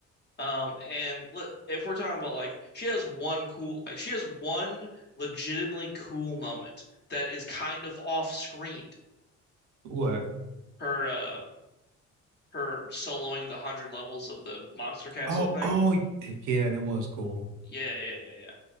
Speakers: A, on the left; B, on the right.
A: Um, and le- if we're talking about like she has one cool, like she has one legitimately cool moment that is kind of off screened.
B: What?
A: Her uh her soloing the hundred levels of the Monster Castle
B: Oh,
A: thing.
B: oh, y- yeah, that was cool. <laughs>
A: Yeah, yeah, yeah, yeah.